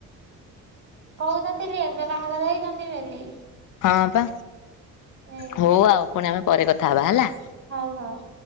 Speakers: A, on the right; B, on the left.
A: କହୁନଥିଲି ଏବେ ବାହାଘର ହେଇଛନ୍ତି ବୋଲି।
B: ହଁ ପା,
A: ଏ
B: ହଉ ଆଉ ପୁଣି ଆମେ ପରେ କଥା ହବା ହେଲା।
A: ହଉ ହଉ।